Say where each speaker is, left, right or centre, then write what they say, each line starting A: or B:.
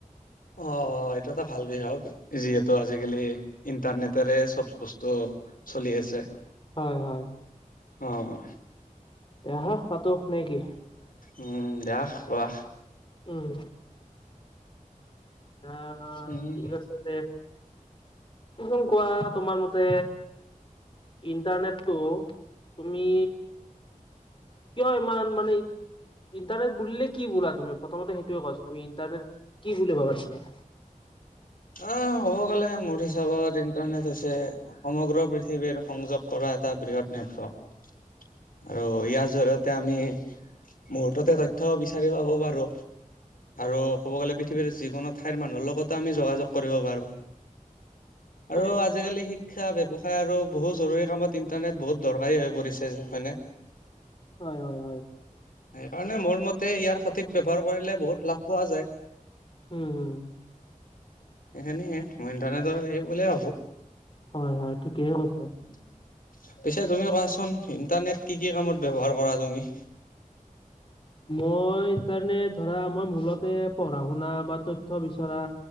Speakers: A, on the left (about 80°); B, on the left (about 35°).
A: অ' এইটো এটা ভাল বিষয় হয় যিহেতু আজিকালি। ইন্টাৰনেটেৰে চব বস্তু চলি আছে।
B: হয় হয়
A: অঁ।
B: আহা পাতো নেকি।
A: উম, দিয়া কোৱা।
B: উম। আহ!
A: উম
B: ঠিক আছে দে। কচোন কোৱা তোমাৰ মতে ইণ্টাৰনেটটো। তুমি। কিয় ইমান মানে ইণ্টাৰনেট বুলিলে কি বোলা তুমি প্ৰথমতে সেইটোয়ে কোৱাচোন তুমি। কি বুলি ভাবা তুমি?
A: অ' ক'ব গ'লে মোৰ হিচাপত ইণ্টাৰনেট হৈছে। সমগ্ৰ পৃথিৱীৰ সংযোগ কৰা এটা বৃহৎ নেটৱৰ্ক। আৰু ইয়াৰ জৰিয়তে আমি। মুহুৰ্ততে তথ্য বিচাৰি পাব পাৰো। আৰু ক'ব গ'লে পৃথিৱীৰ যিকোনো ঠাইৰ মানুহৰ লগত। আমি যোগাযোগ কৰিব পাৰো আৰু।
B: হয়।
A: আজিকালি শিক্ষা ব্যৱসায় আৰু বহু জৰুৰী কামত ইণ্টাৰনেট বহুত দৰকাৰী হৈ পৰিছে। হয়নে?
B: হয় হয় হয়
A: সেইকাৰণে মোৰ মতে। তে ইয়াৰ সঠিক ব্যৱহাৰ কৰিলে বহুত লাভ পোৱা যায়।
B: উুম হুম।
A: সেইখিন মই ইন্টাৰনেটৰ হেৰী বুলি
B: হয় হয় ঠিকেই কৈছা।
A: <unintelligible> পিছে তুমি কোৱাচোন ইণ্টাৰনেট কি কি কামত ব্যৱহাৰ কৰা তুমি
B: মই ইণ্টাৰনেট ধৰা মই মূলতে পঢ়া শুনা বা ত থ বিচৰা